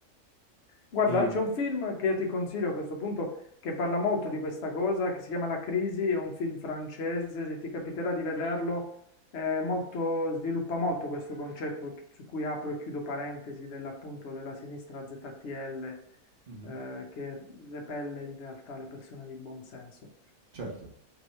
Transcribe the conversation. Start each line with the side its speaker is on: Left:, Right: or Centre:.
Left: Guarda,
Right: E,
Left: c'è un film che io ti consiglio a questo punto che parla molto di questa cosa, che si chiama La Crisi, è un film francese, se ti capiterà di vederlo, è molto- sviluppa molto questo concetto che- su cui apro e chiudo parentesi dell'appunto della sinistra ZTL,
Right: Mhm,
Left: eh, che repelle in realtà le persone di buon senso.
Right: certo.